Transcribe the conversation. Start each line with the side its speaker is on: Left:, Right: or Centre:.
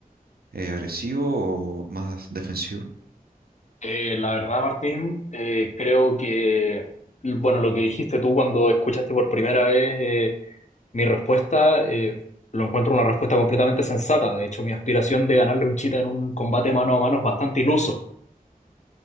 Right: eh, agresivo o más defensivo?
Left: Eh, la verdad, Martín, eh, creo que, bueno, lo que dijiste tú cuando escuchaste por primera vez... eh, Mi respuesta, eh, lo encuentro una respuesta completamente sensata. De hecho, mi aspiración de ganarle un chita en un combate mano a mano es bastante iluso.